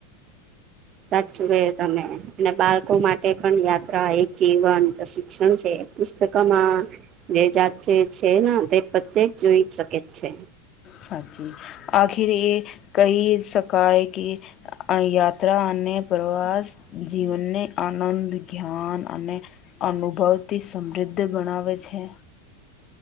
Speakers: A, on the right; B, on the left.
A: સાચુ કે તને અને બાળકો માટે પણ યાત્રા એક જીવંત શિક્ષણ છે પુસ્તકોમાં જે જાત છે ને તે પ્રત્યે જ જોઈ શકે જ છે
B: સાચી આખિર એ કઈ શકાય કે યાત્રા અને પ્રવાસ જીવનને આનંદ ધ્યાન અને અનુભવથી સમૃદ્ધ ગણાવે છે